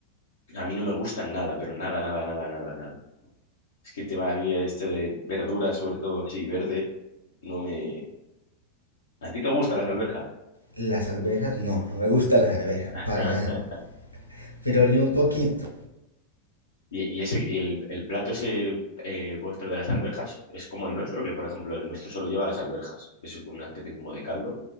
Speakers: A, on the left; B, on the right.
A: a mí no me gustan nada, pero nada, nada, nada, nada, nada. Es que el tema mí este de verduras, sobre todo así, verde, no me... ¿A ti te gustan las alberjas?
B: Las alberjas no, no me gustan las alberjas,
A: <laughs>
B: para nada. Pero ni un poquito.
A: Y, y ese, y el, el plato ese eh, vuestro de las alberjas es como el nuestro, que por ejemplo el nuestro solo lleva las alberjas. Es una especie como de caldo,